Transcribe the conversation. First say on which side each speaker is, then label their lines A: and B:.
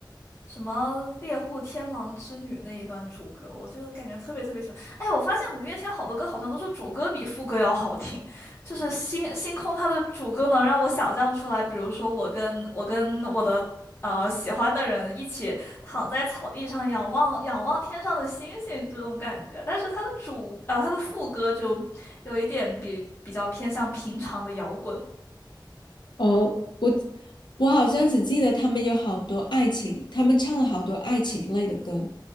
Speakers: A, on the left; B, on the left.
A: 什么猎户天狼之女那一段主歌，我就感觉特别特别喜欢。哎，我发现五月天好多歌好像都是主歌比副歌要好听，就是星星空它的主歌能让我想象出来，比如说我跟我跟我的呃喜欢的人一起躺在草地上仰望仰望天上的星星这种感觉，但是它的主呃它的副歌就有一点比比较偏向平常的摇滚
B: 哦，我我好像只记得他们有好多爱情，他们唱了好多爱情类的歌，